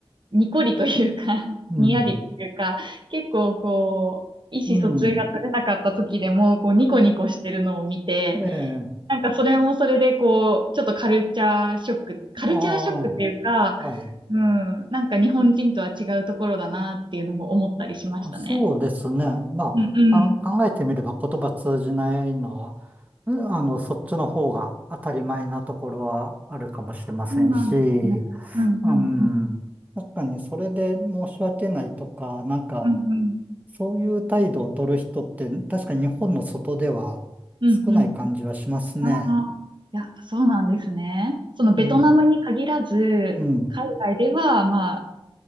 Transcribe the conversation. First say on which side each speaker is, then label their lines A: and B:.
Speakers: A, on the right; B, on the right.
A: にこりというか、<laughs>
B: うん。
A: にやりというか、結構こう、意思疎通が取れなかった時でも、
B: うん。
A: こう、ニコニコしてるのを見て、
B: ええ。
A: なんかそれもそれでこう、ちょっとカルチャーショック、カルチャーショックというか、
B: ああ、はい。
A: うん、なんか日本人とは違うところだなっていうのも思ったりしましたね。
B: あ、そうですね。まあ、
A: うんうん。
B: か考えてみれば言葉通じないのは、うんあの、そっちの方が当たり前なところはあるかもしれませんし、
A: そうなんですね。うんうんうん。
B: うん。確かにそれで申し訳ないとか、なんか、
A: うんうん。
B: そういう態度を取る人って、確かに日本の外では少ない感じはしますね。
A: うんうん。ああ、やっぱそうなんですね。そのベトナムに限らず、
B: うん。うん。
A: 海外では、まあ、